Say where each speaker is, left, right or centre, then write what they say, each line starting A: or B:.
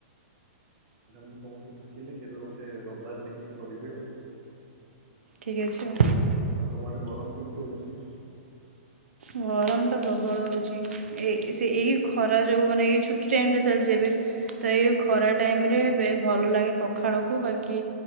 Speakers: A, on the right (about 45°); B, on the right (about 85°).
A: ଏଇଟା ମୁଁ ତମଠୁ ଶିଖିଲି କେବେ ଗୋଟେ ରବିବାର ଦେଖିକି କରିବି ଆଉ।
B: ଠିକ ଅଛ ଆଉ।
A: ଆଉ ତମ ଆଡେ ଗରମ କେମିତି ହଉଛି?
B: ଗରମ ତ ପ୍ରବଳ ହେଉଛି ଏ ସେ ଏଇ ଖରା ଯୋଗୁଁ ମାନେ ଏଇ ଛୁଟି ଟାଇମରେ ଚାଲିଛି ଏବେ ତ ଏଇ ଖରା ଟାଇମରେ ଭଲ ଲାଗେ ପଖାଳକୁ ବାକି